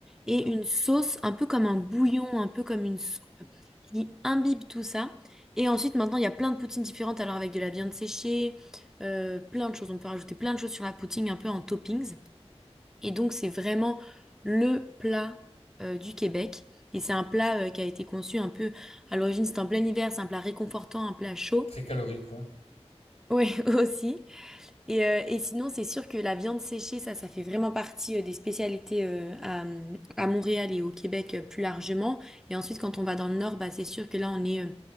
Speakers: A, in the centre; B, on the left.
A: et une sauce un peu comme un bouillon, un peu comme une soupe qui imbibe tout ça. Et ensuite, maintenant, il y a plein de poutines différentes, alors avec de la viande séchée, euh, plein de choses. On peut rajouter plein de choses sur la poutine, un peu en toppings. Et donc, c'est vraiment le plat euh, du Québec. Et c'est un plat euh, qui a été conçu un peu... À l'origine, c'était en plein hiver, c'est un plat réconfortant, un plat chaud.
B: Très calorique, ouais.
A: Oui, <laughs> aussi. Et, euh, et sinon, c'est sûr que la viande séchée, ça, ça fait vraiment partie euh, des spécialités euh, à, à Montréal et au Québec euh, plus largement. Et ensuite, quand on va dans le nord, bah, c'est sûr que là, on est, euh,